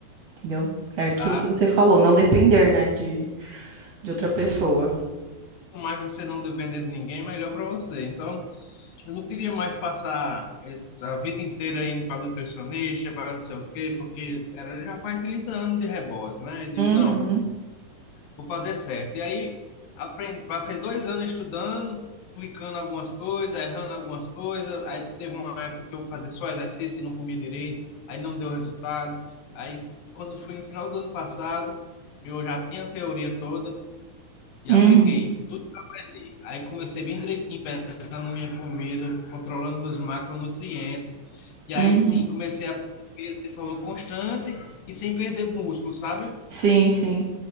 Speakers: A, on the right; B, on the left.
A: entendeu? É aquilo
B: ah,
A: que você falou, não depender, né, de, de outra pessoa.
B: quanto mais você não depender de ninguém, melhor para você. Então, eu não queria mais passar essa vida inteira indo para nutricionista, para não sei o quê, porque era, já faz 30 anos de rebote, né? Eu digo,
A: Uhum,
B: não, vou fazer certo. E aí aprendi, passei dois anos estudando, aplicando algumas coisas, errando algumas coisas. Aí teve uma época que eu fazia só exercício e não comia direito, aí não deu resultado. Aí quando fui no final do ano passado, eu já tinha a teoria toda e
A: uhum,
B: apliquei tudo que eu aprendi. Aí comecei bem direitinho, pesando minha comida, controlando meus macronutrientes. E aí
A: uhum.
B: sim, comecei a perder peso de forma constante e sem perder músculo, sabe?
A: Sim, sim.